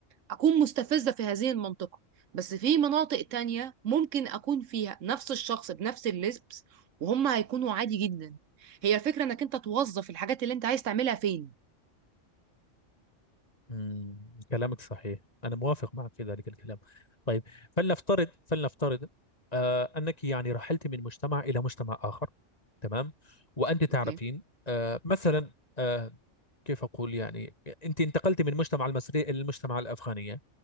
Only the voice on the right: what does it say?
أكون مستفزة في هذه المنطقة بس في مناطق تانية ممكن أكون فيها نفس الشخص بنفس اللبس وهم هيكونوا عادي جدا هي الفكرة إنك أنت توظف الحاجات اللي أنت عايز تعملها فين
أوكي